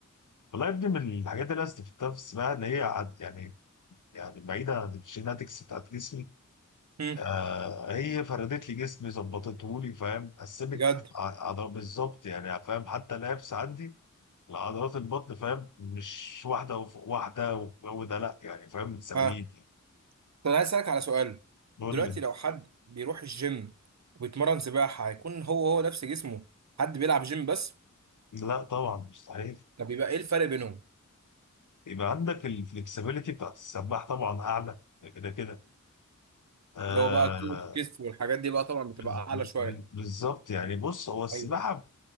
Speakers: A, on the left (about 75°); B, on the right (about 60°).
A: والله يا ابني من الحاجات اللي انا استفدتها في السباحه ان هي عد- يعني يعني بعيده عن الجيناتكس بتاعت جسمي
B: مم.
A: آه هي فردت لي جسمي ظبطته لي فاهم قسمت
B: بجد
A: ع- عضلات بالظبط يعني فاهم حتى الابس عندي لعضلات البطن فاهم مش واحده وفوق واحده والجو ده لا يعني فاهم متساويين
B: ها
A: يعني
B: طب أنا عايز أسألك على سؤال
A: قول
B: دلوقتي
A: لي
B: لو حد بيروح الجيم وبيتمرن سباحة هيكون هو هو نفس جسمه حد بيلعب جيم بس
A: لا طبعا مستحيل
B: طب بيبقى إيه الفرق بينهم
A: يبقى عندك الفلكسبيليتي بتاعت السباح طبعا اعلى كده كده آه
B: اللي هو بقى كوره الكتف والحاجات دي بقى طبعا بتبقى
A: بز-
B: اعلى
A: ب-
B: شويه
A: ب- بالظبط يعني بص هو السباحة
B: ايوه